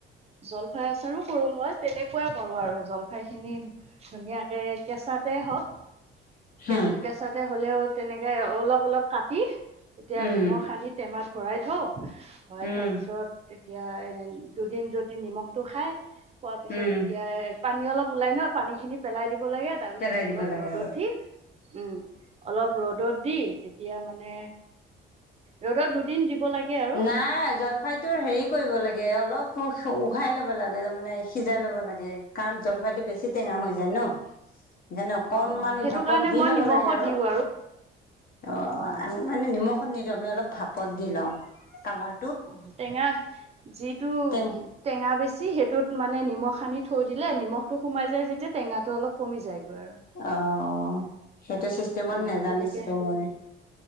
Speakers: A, on the right; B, on the left.
A: জলফাই আচাৰো কৰোঁ মই তেনেকুৱাই কৰোঁ আৰু জলফাই খিনি ধুনীয়াকে কেঁচা চাতে হওঁক কে
B: হম
A: কেঁচাতে হ'লেও তেনেকে অলপ অলপ কাটি তেতিয়া
B: উম
A: নিমখ আনি টেমাত ভৰাই থওঁ ভৰাই
B: উম
A: থোৱাৰ পিছত তেতিয়া এ দুদিন যদি নিমখটো খায় খোৱাৰ পিছত
B: উম
A: তেতিয়া এ পানী অলপ ওলাই ন পানী খিনি পেলাই দি দিব লাগে তাৰ পিছত
B: পেলাই দিব
A: অলপ
B: লাগে
A: ৰ'দত
B: আৰু
A: দি উম, অলপ ৰ'দত দি এতিয়া মানে ৰ'দত দুদিন দিব লাগে আৰু
B: নাই জলফাইটোৰ হেৰি কৰিব লাগে অলপ উশ উহাই ল'ব লাগে তাৰ মানে সিজাই ল'ব লাগে। কাৰণ জলফাইটো বেছি টেঙা হৈ যায় ন। যেনে অকনমান
A: অঁ অঁ সেইটো
B: ভাপত
A: কাৰণে
B: দি
A: মই
B: ল'ব
A: নিমখত
B: লাগে আৰু
A: দিওঁ
B: অ'
A: অঁ
B: আমি মানে নিমখত নিদিওঁ। আমি অলপ ভাপত দি লওঁ কালাৰ
A: অ' টেঙা যিটো
B: টেং
A: টেঙা বেছি সেইটোত মানে নিমখ খানি থৈ দিলে নিমখটো সোমাই যায় যেতিয়া টেঙাটো অলপ কমি যায়গৈ। আৰু
B: অ' সেইটো চিষ্টেমত
A: অ
B: নজানিছিলোঁ
A: তেনেকে
B: মই।